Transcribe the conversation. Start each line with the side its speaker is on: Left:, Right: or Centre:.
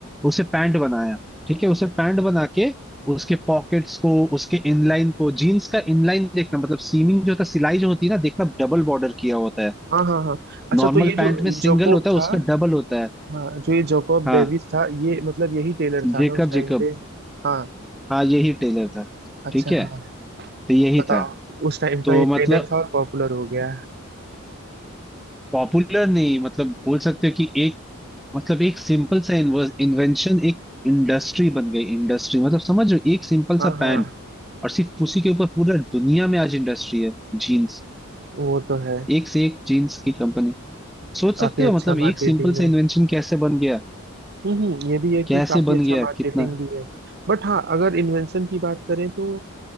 Centre: उसे पैंट बनाया ठीक है उसे पैंट बना के उसके पॉकेट्स को उसके इनलाइन को जीन्स का इनलाइन देखना मतलब सीमिंग जो था सिलाई जो होती है ना देखना डबल बॉर्डर किया होता है
Right: हाँ हाँ हाँ अच्छा
Centre: नॉर्मल
Right: तो ये जो
Centre: पैंट में सिंगल
Right: जोकोब
Centre: होता है
Right: था
Centre: उसका डबल होता है
Right: हाँ जो ये जोकोब
Centre: हाँ
Right: डेविस था ये मतलब यही टेलर था
Centre: जेकब
Right: ना उस टाइम
Centre: जेकब
Right: पे हाँ
Centre: हाँ यही टेलर था
Right: अच्छा
Centre: ठीक है
Right: हाँ
Centre: तो यही
Right: बताओ
Centre: था
Right: उस टाइम का
Centre: तो
Right: ये
Centre: मतलब
Right: ट्रेंड था और पॉपुलर हो गया है
Centre: पॉपुलर नहीं मतलब बोल सकते हो कि एक मतलब एक सिंपल सा इन्वेंशन एक इंडस्ट्री बन गई इंडस्ट्री मतलब समझ रहे हो एक सिंपल
Right: हाँ
Centre: सा
Right: हाँ
Centre: पैंट और सिर्फ उसी के ऊपर पूरा दुनिया में आज इंडस्ट्री है जीन्स
Right: वो तो है
Centre: एक से एक जीन्स की कंपनी सोच
Right: काफी
Centre: सकते हो
Right: अच्छा
Centre: मतलब
Right: मार्केटिंग
Centre: एक सिंपल
Right: है
Centre: सा इन्वेंशन कैसे बन गया
Right: हम्म हम्म, ये भी है कि
Centre: कैसे
Right: काफी
Centre: बन
Right: अच्छा
Centre: गया
Right: मार्केटिंग
Centre: कितना
Right: भी है बट हाँ अगर इन्वेंशन की बात करें तो